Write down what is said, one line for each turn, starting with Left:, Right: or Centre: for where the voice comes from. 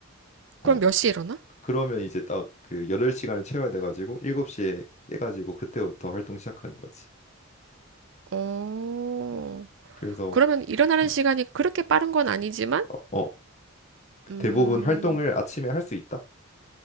Left: 어.
Right: 그럼 몇 시에 일어나?
Left: 그러면 이제 딱 그 8시간을 채워야 돼가지고 7시에 깨가지고 그때부터 활동 시작하는 거지.
Right: 어,
Left: 음. 그래서
Right: 그러면 일어나는
Left: 음,
Right: 시간이 그렇게 빠른 건 아니지만,
Left: 어, 어,
Right: 음,
Left: 대부분 활동을 아침에 할 수 있다.